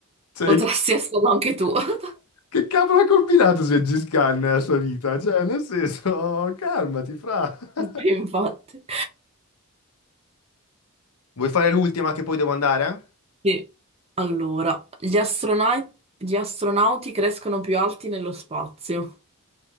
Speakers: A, on the left; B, on the right.
A: Cioè,
B: potresti esserlo anche tu. <laughs>
A: che cavolo ha combinato Gengis Khan nella sua vita? Cioè, nel senso, calmati, fra. <laughs>
B: Sì, Infatti.
A: Vuoi fare l'ultima che poi devo andare?
B: Sì. Allora, gli astronai- gli astronauti crescono più alti nello spazio.